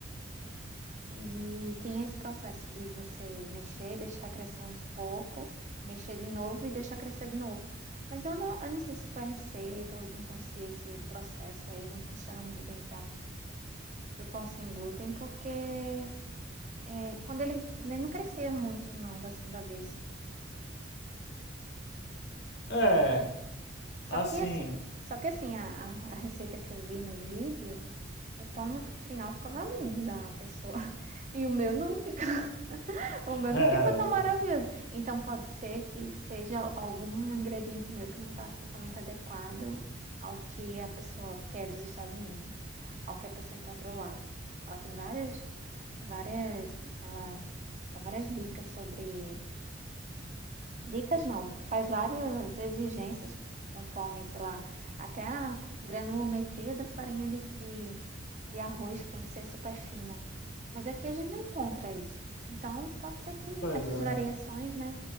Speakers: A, on the right; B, on the left.
A: e tinha esse processo de você mexer, deixar crescer um pouco, mexer de novo e deixar crescer de novo. Mas eu não, eu não sei se foi a receita, ou então se esse processo aí não funciona muito bem para o pão sem glúten, porque é, quando ele, ele não crescia muito, não, da segunda vez.
B: É, assim.
A: Só que assim, só que assim, a, a a receita que eu vi no vídeo. O pão no final ficava lindo da pessoa. <laughs> E o meu não ficou. <laughs> O meu
B: É,
A: não ficou tão maravilhoso. Então pode ser que seja algum ingrediente meu que não está totalmente adequado ao que a pessoa, que é dos Estados Unidos, né? Ao que a pessoa encontrou lá. Ela tem várias, várias, ela dá várias dicas sobre Dicas não, faz várias exigências conforme, sei lá, até a granulometria da farinha de, de, de arroz que tem que ser super fina. Mas aqui a gente não encontra isso. Então, pode ser que
B: pois
A: essas
B: é.
A: variações, né,